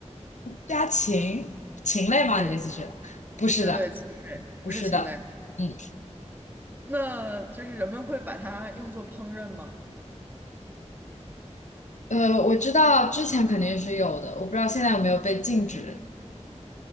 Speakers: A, on the left; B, on the right.
A: 家禽禽类吗？
B: 对，
A: 你的意思是？不是的，
B: 对对，禽类，不是禽类。
A: 不是的。嗯，
B: 那就是人们会把它用作烹饪吗？
A: 呃，我知道之前肯定是有的，我不知道现在有没有被禁止。